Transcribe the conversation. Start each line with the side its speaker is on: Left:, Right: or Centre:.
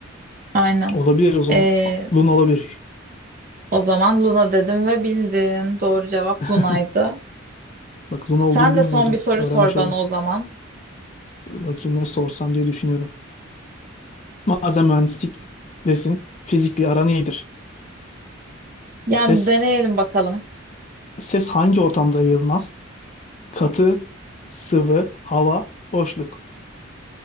Right: Aynen.
Left: Olabilir o zaman.
Right: Ee,
Left: A- Luna olabilir.
Right: o zaman Luna dedim ve bildin. Doğru cevap
Left: <laughs>
Right: Luna'ydı.
Left: Bak Luna olduğunu
Right: Sen
Left: bilmiyordum.
Right: de son bir soru
Left: Öğrenmiş
Right: sor bana
Left: oldum.
Right: o zaman.
Left: Dur bakayım ne sorsam diye düşünüyorum. Madem mühendislik desin. Fizikle aran iyidir.
Right: Yani
Left: Ses,
Right: deneyelim bakalım.
Left: ses hangi ortamda yayılmaz? Katı, sıvı, hava, boşluk.